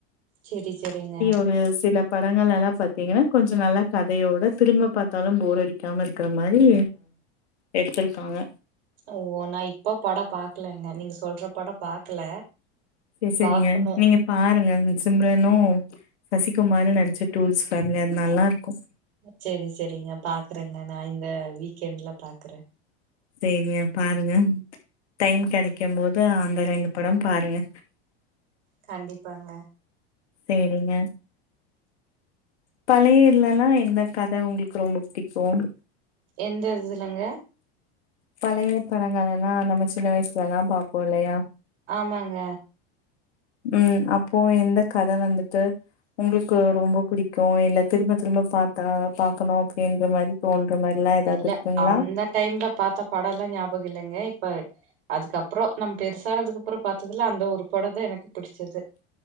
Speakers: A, on the right (about 75°); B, on the left (about 85°).
A: செரி சேரிங்க
B: ஒரு சில படங்களல்லா பாத்தீங்கன்னா கொஞ்ச நல்லா கதயோட திரும்ப பாத்தாலு போர் அடிக் காம இருக்குரமாரி எடுத்திருக்காங்க
A: ஓ நா இப்ப படோ பாக்கலங்க நீங்க சொல்ற படம் பாக்கல
B: சரி சரிங்க
A: பாக்கணு
B: நீங்க பாருங்க சிம்ரனு சசிகுமாரு நடிச்ச டூரிஸ்ட் ஃபேமிலி அது நல்லாருக்கு
A: சேரி சேரிங்க பாக்குறேங்க நா இந்த வீக்கெண்ட்ல பாக்குறே
B: சேரியா பாருங்க டைம் கெடைக்கும் போது அந்த ரெண்டு படம் பாருங்க
A: கண்டிப்பாங்க
B: சேரிங்க பழைய இதுல்லா எந்த கத உங்களுக்கு ரொம்ப புடிக்கும்
A: எந்த இதுலங்க
B: பழைய படங்கள்ல்லா நம்ம சின்ன வயசுல எல்லா பாப்போ இல்லயா
A: ஆமாங்க
B: ம் அப்போ எந்த கத வந்துட்டு உங்களுக்கு ரொம்ப புடிக்கும் இல்ல திரும்ப திரும்ப பாத்தா பாக்கணும் அப்டின்ற மாரி தோன்ற மாரி எல்லா ஏதாவது
A: இல்ல
B: இருக்குங்களா
A: அந்த டைம்ல பாத்த பட எலாம் ஞாபக இல்லங்க இப்ப அதுக்கப்பற நம்ம பெருசானதுக்கு அப்பற பாத்ததுல அந்த ஒரு பட தா எனக்கு புடிச்சது